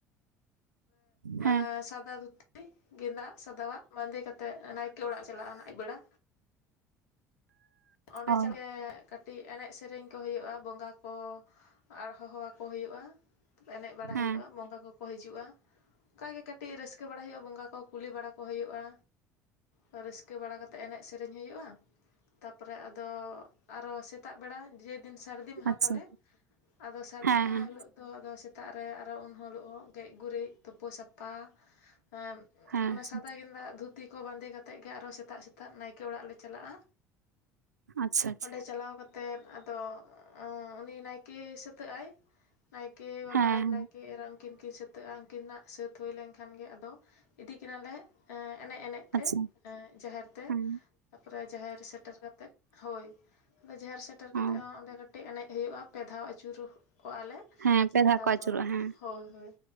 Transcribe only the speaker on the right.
ᱦᱮᱸ
ᱚ
ᱦᱮᱸ
ᱟᱪᱪᱷᱟ
ᱦᱮᱸ
ᱦᱮᱸ
ᱦᱮᱸ
ᱟᱪᱪᱷᱟ ᱟᱪᱪᱷᱟ
ᱦᱮᱸ
ᱟᱪᱪᱷᱟ
ᱦᱮᱸ
ᱚ
ᱦᱮᱸ ᱯᱮ ᱫᱷᱟᱣ
ᱠᱚ ᱟᱹᱪᱩᱨᱚᱜᱼᱟ ᱦᱮᱸ